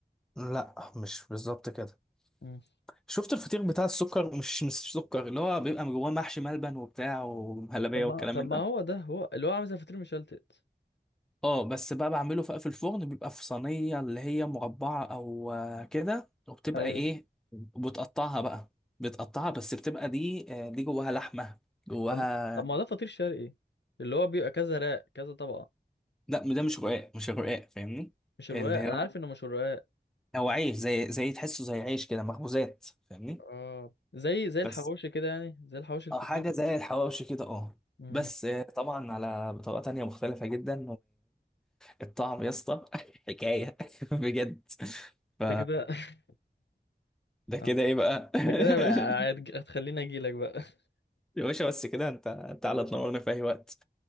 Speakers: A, in the centre; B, on the left (about 80°).
A: لا مش بالظبط كده
B: مم.
A: شفت الفطير بتاع السكر مش مش سكر اللي هو بيبقى جواه محشي ملبن وبتاع ومهلبية
B: طب ما
A: والكلام
B: طب
A: من
B: ما
A: ده
B: هو ده هو اللي هو عامل زي فطير مشلتت
A: اه بس بقى بعمله في في الفرن بيبقى في صينية اللي هي مربعة او آه، كده وبتبقى
B: ايوه
A: ايه وبتقطعها بقى بتقطعها بس بتبقى دي آه، دي جواها لحمة جواها
B: طب ما طب ما هو ده فطير شرقي اللي هو بيبقى كذا راق كذا طبقة
A: لا ده مش رقاق مش رقاق فاهمني
B: مش الرقاق
A: اللي
B: انا
A: هو
B: عارف انه مش الرقاق
A: هو عيش زي زي تحسه زي عيش كده مخبوزات فاهمني
B: اه زي زي الحواوشي
A: بس
B: كده يعني زي الحواوشي الفطير
A: او حاجه زي الحواوشي كده اه
B: مم.
A: بس آه، طبعا على بطريقه تانية مختلفه جدا والطعم يا اسطى <laughs> حكايه <laughs> بجد ف
B: ده كده <laughs>
A: ده كده
B: آه.
A: ايه بقى
B: ده كده بقى
A: <laughs>
B: هتج- هتخليني اجيلك بقى <laughs>
A: يا باشا بس كده انت انت على تنورنا في اي وقت